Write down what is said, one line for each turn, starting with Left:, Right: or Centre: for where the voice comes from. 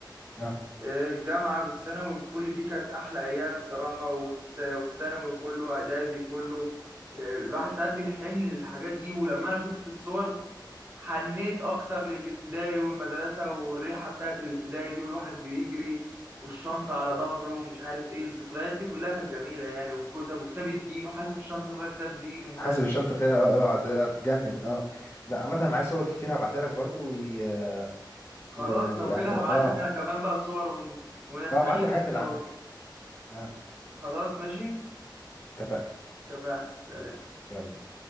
Left: اه
Right: الجامعة بالثانوي كل دي كانت أحلى أيام الصراحة والس- والثانوي كله إعدادي كله يعني الواحد ساعات بيحن للحاجات دي ولما أنا شفت الصور حنيت أكتر للابتدائي والمدرسة والريحة بتاعت الابتدائي دي والواحد بيجري والشنطة على ظهره ومش عارف إيه الذكريات دي كلها كانت جميلة يعني والكتب وكتاب الدين وحاسب الشنطة فيها كتاب دين ومش
Left: حاسب
Right: عارف
Left: الشنطة فيها اه آه، هت- هتتجنن اه لا عامة معايا صور كتير هبعتها لك برضه ويعني اه
Right: خلاص
Left: ويعني،
Right: لو كده هبعت
Left: اه
Right: لك أنا كمان بقى صور ون... ونستعيد
Left: اه ابعت لي الحاجات
Right: أكتر
Left: اللي عندك اه
Right: خلاص ماشي
Left: اتفقنا
Right: اتفقنا سلام
Left: يلا